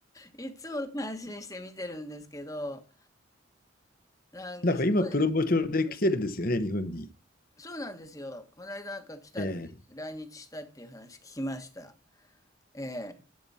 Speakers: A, on the left; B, on the left.
A: う、いつも感心して見てるんですけど、なんかすごい
B: なんか今、プロモーションで来てるんですよね、日本に。
A: そうなんですよ。この間なんか来たっていう、
B: ええ
A: 来日したっていう話聞きました。ええ。